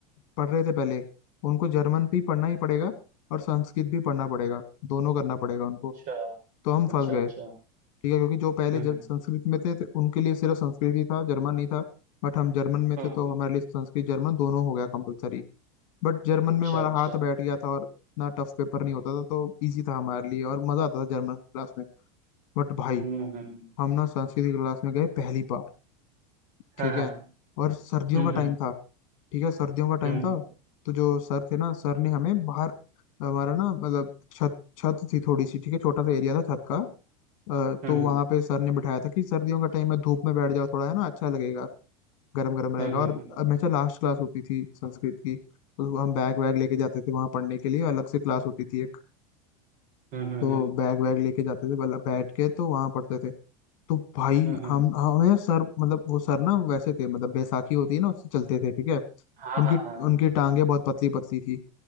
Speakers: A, on the left (about 60°); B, on the right (about 45°).
A: पढ़ रहे थे पहले उनको जर्मन भी पढ़ना ही पड़ेगा और संस्कृत भी पढ़ना पड़ेगा दोनों करना पड़ेगा उनको
B: अच्छा
A: तो हम
B: अच्छा
A: फंस गए
B: अच्छा
A: ठीक है क्योंकि जो पहले
B: हम्म
A: जब संस्कृत में थे, तो उनके लिए सिर्फ संस्कृत ही था जर्मन नहीं था बट हम जर्मन में
B: हम्म
A: थे तो हमारे लिए संस्कृत जर्मन दोनों हो गया कंपलसरी बट जर्मन
B: अच्छा
A: में हमारा
B: अच्छा
A: हाथ बैठ गया था और इतना टफ पेपर नहीं होता था तो इजी था हमारे लिए और मज़ा आता था जर्मन क्लास में बट भाई
B: हम्म हम्म
A: हम ना संस्कृत की क्लास में गए पहली बार ठीक
B: हाँ हाँ
A: है और सर्दियों
B: हम्म
A: का टाइम था ठीक है सर्दियों का
B: हम्म
A: टाइम था तो जो सर थे ना सर ने हमें बाहर हमारा ना मतलब छत छत थी थोड़ी सी ठीक है छोटा सा एरिया था छत का अ,
B: हम्म
A: तो
B: हम्म
A: वहां पे सर ने बिठाया था कि सर्दियों का टाइम है धूप में बैठ जाओ थोड़ा है ना अच्छा लगेगा गर्म गर्म रहेगा
B: हम्म
A: और
B: हम्म
A: हमेशा लास्ट क्लास होती थी संस्कृत की तो हम बैग वैग लेके जाते थे वहां पढ़ने के लिए अलग से क्लास होती थी एक
B: हम्म
A: तो बैग वैग लेके जाते थे मतलब बैठ के तो वहां पढ़ते थे तो भाई
B: हम्म हम्म
A: हम हमें सर मतलब वो सर ना वैसे थे मतलब बैसाखी होती है ना उससे चलते थे ठीक है
B: हाँ
A: उनकी
B: हाँ हाँ हाँ
A: उनकी टांगे बहुत पतली पतली थी